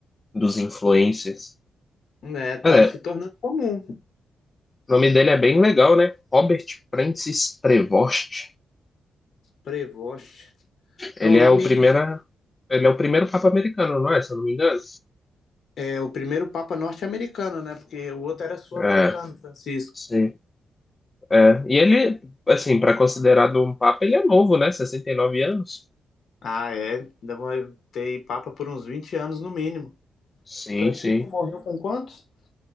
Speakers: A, on the left (about 30°); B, on the left (about 65°).
A: dos influencers.
B: né, tá
A: Cara,
B: se tornando comum.
A: o nome dele é bem legal, né? Robert Francis Prevost.
B: Prevost.
A: Ele
B: É o nome,
A: é o primeiro, ele é o primeiro Papa americano, não é? Se eu não me engano.
B: é o primeiro Papa norte-americano, né? Porque o outro era sul-americano,
A: É,
B: Francisco.
A: sim. É. E ele, assim, para considerado um Papa, ele é novo, né? 69 anos.
B: Ah, é. Ainda vai ter Papa por uns 20 anos no mínimo.
A: Sim,
B: Francisco
A: sim.
B: morreu com quantos?